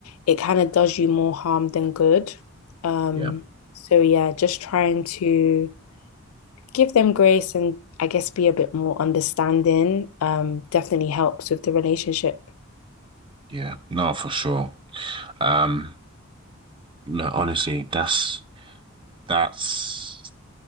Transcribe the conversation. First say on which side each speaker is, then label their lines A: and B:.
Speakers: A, on the left; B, on the right.
A: it kind of does you more harm than good. Um,
B: Yeah.
A: so yeah, just trying to give them grace and I guess be a bit more understanding um, definitely helps with the relationship.
B: Yeah, no, for sure. Um, no, honestly, that's that's